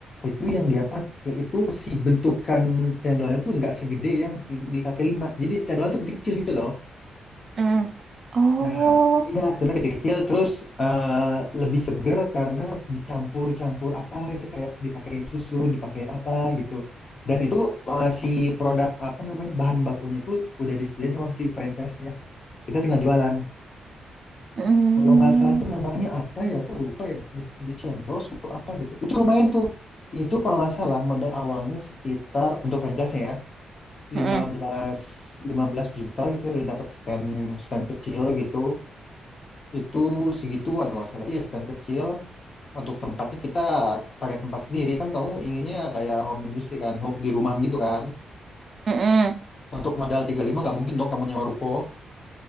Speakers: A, on the left; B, on the right.
A: itu yang dia pakai itu si bentukan cendolnya tuh nggak segede yang di kaki lima jadi cendolnya tuh kecil-kecil gitu loh
B: Mm. Oh.
A: nah iya cendolnya kecil-kecil terus eh, lebih seger karena dicampur-campur apa itu kayak dipakein susu dipakein apa gitu dan itu eh, si produk apa namanya bahan bakunya itu udah disediain sama si franchise-nya kita tinggal jualan
B: Mm.
A: kalau nggak salah tuh namanya apa ya aku lupa ya di, di Cendol gitu apa gitu itu lumayan tuh itu kalau nggak salah modal awalnya sekitar untuk franchise-nya ya
B: Mm-mm.
A: lima belas lima belas juta gitu ya udah dapat stand stand kecil gitu itu segituan kalau nggak salah iya stand kecil untuk tempatnya kita pakai tempat sendiri kan kamu inginnya kayak home industry kan ho- di rumah gitu kan
B: Mm-mm.
A: untuk modal 35 nggak mungkin dong kamu nyewa ruko